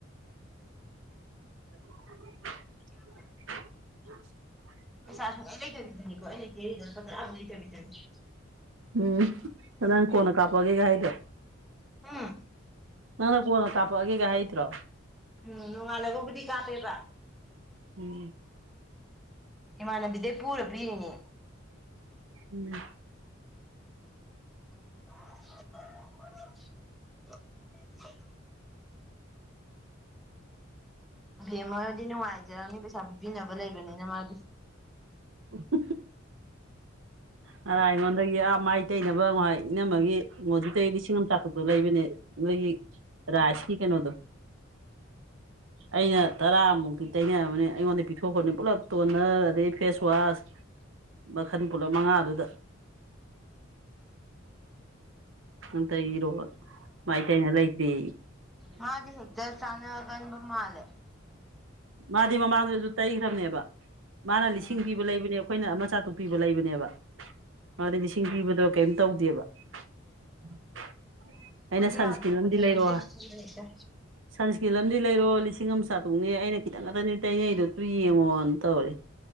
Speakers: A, on the right (about 70°); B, in the centre.
A: <inaudible>
B: <inaudible>
A: <inaudible>
B: ꯁꯥ ꯂꯩꯇꯔꯅꯤꯀꯣꯩꯅ ꯀꯦꯔꯤꯗ ꯄ ꯂꯩꯇꯔꯕꯤꯗꯅꯤ
A: ꯎꯝ ꯅꯪ ꯀꯣꯟꯅ ꯀꯥꯞꯄꯒꯦꯒ ꯍꯥꯏꯗꫭ
B: ꯎꯝ
A: ꯅꯪꯅ ꯀꯣꯟꯅ ꯀꯥꯞꯛꯑꯒꯦꯒ ꯍꯩꯇ꯭ꯔꯣ
B: ꯎꯝ ꯅꯣꯡꯉꯥꯜꯂꯒꯕꯨꯗꯤ ꯀꯥꯞꯄ°ꯕ
A: ꯎꯝ
B: ꯏꯃꯥꯟꯅꯕꯤꯗꯩ ꯄꯨꯔ ꯄꯤꯔꯤꯅꯦ
A: ꯎꯝ
B: <inaudible> <inaudible> ꯕ°ꯝꯃ ꯍꫭꯏꯗꯤ ꯅꯨꯡꯉꯥꯏꯖꯔꯝꯅꯤ ꯄꯩꯁꯥ ꯄꯤꯕꯤꯅꯕ ꯂꯩꯕꯅꯤꯅ ꯃꯥꯗꯤ
A: ꯎꯝ ꯉꯔꯥꯏ ꯑꯩꯉꯣꯟꯗꯒꯤ ꯑꯥ ꯃꯥꯏ ꯇꯩꯅꯕ ꯉꯥꯏ ꯏꯅꯝꯃꯒꯤ ꯃꫭꯗꯤ ꯂꯤꯁꯤꯡ ꯑꯃ ꯆꯥꯇꯨꯛꯇ ꯂꯩꯕꯅꯦ ꯅꯣꯏꯒꯤ ꯔꯥꯁꯀꯤ ꯀꯩꯅꯣꯗꯣ ꯑꯩꯅ ꯇꯔꯥꯃꯨꯛꯇꯤ ꯇꯩꯅꯔꯕꯅꯤ ꯑꯩꯉꯣꯟꯗ ꯄꯤꯊꯣꯛꯈ꯭ꯔꯅꯤ ꯄꯨꯂꯞ ꯇꯣꯟꯅꯔ ꯑꯗꯩ ꯐꯦꯁꯋꯥꯁ ꯃꯈꯟ ꯄꯨꯂꯞ ꯃꯉꯥꯗꯨꯗ ꯅꯨꯡꯇꯩꯔꯣ ꯃꯥꯏ ꯀꯩꯅ ꯂꯩꯇ꯭ꯔꯤ
B: ꯃꯥꯗꯤ ꯍꯦꯛꯇ ꯁꯅꯒꯟꯕ ꯃꯥꯂꯦ
A: ꯃꯥꯗꯤ ꯃꯃꯥꯡꯗꯁꯨ ꯇꯩꯈ꯭ꯔꯕꯅꯦꯕ ꯃꯥꯅ ꯂꯤꯁꯤꯡ
B: ꯎꯝ
A: ꯄꯤꯕ ꯂꯩꯕꯅꯦ ꯑꯩꯈꯣꯏꯅ ꯑꯃꯆꯥ ꯇꯨꯛꯄꯤꯕ ꯂꯩꯕꯅꯦꯕ ꯑꯗꯨꯗꯩ ꯂꯤꯁꯤꯡ ꯄꯤꯕꯗꯣ ꯀꯔꯤꯝ ꯇꯧꯗꯦꯕ <unintelligible> ꯑꯩꯅ
B: ꯑꯩꯈꯣꯏꯁꯨ
A: ꯁꯟꯁꯀ꯭ꯔꯤꯟ
B: ꯌꯥꯗꯦ
A: ꯂꯝꯗꯤ
B: ꯄꯣꯠꯁꯦ
A: ꯂꯩꯔꯣ
B: ꯂꯝꯇꯩ ꯆꯠꯁꯤꯟꯕ ꯍꯦꯛꯇ
A: ꯁꯟꯁꯀ꯭ꯔꯤꯟ ꯂꯝ ꯂꯩꯔꯣ ꯂꯤꯁꯤꯡ ꯑꯃ ꯆꯥꯇꯣꯛꯅꯦ ꯑꯩꯅ ꯈꯤꯇꯪ ꯉꯥꯛꯛꯇꯅꯦ ꯇꯩꯅꯩꯅꯩꯗꯣ ꯇꯨ ꯌꯦꯡꯉꯣꯅ ꯇꯧꯔꯦ